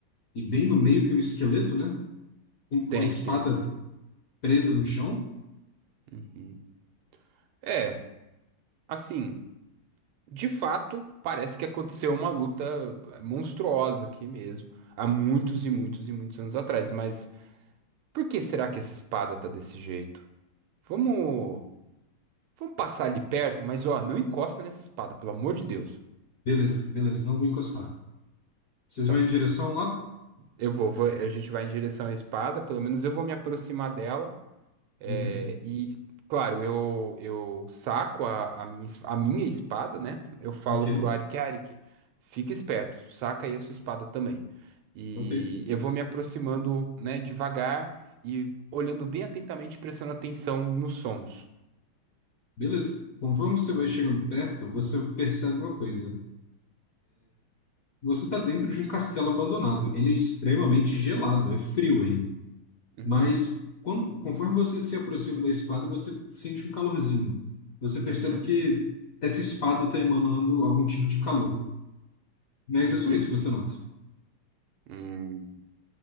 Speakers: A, on the left; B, on the right.
A: e bem no meio tem um esqueleto, né? Com, com
B: Tem,
A: a espada
B: tem esse escrito.
A: presa no chão.
B: Uhum. É, assim, de fato, parece que aconteceu uma luta eh, monstruosa aqui mesmo, há muitos e muitos e muitos anos atrás, mas por que será que essa espada tá desse jeito? Vamos, vamos passar ali perto, mas ó, não encosta nessa espada, pelo amor de Deus.
A: Beleza, beleza, não vou encostar. Vocês
B: Tá,
A: vão em direção lá?
B: eu vou, vou- a gente vai em direção à espada, pelo menos eu vou me aproximar dela. É,
A: Uhum.
B: e, claro, eu, eu saco a, a minha, es- a minha espada, né? Eu falo
A: Ok,
B: pro Arik, Arik, fica esperto, saca aí a sua espada também. E
A: ok.
B: eu vou me aproximando, né, devagar e olhando bem atentamente, prestando atenção nos sons.
A: Beleza. Conforme você vai chegando perto, você percebe uma coisa. Você está dentro de um castelo abandonado. Ele é extremamente gelado, é frio aí.
B: Uhum,
A: Mas quando, conforme você se aproxima da espada, você sente um calorzinho. Você percebe
B: uhum,
A: que essa espada está emanando algum tipo de calor. Mas
B: uhum.
A: é só isso que você nota.
B: hum.